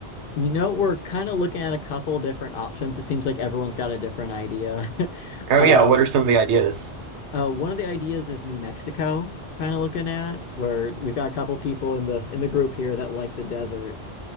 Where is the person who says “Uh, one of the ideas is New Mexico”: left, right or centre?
Left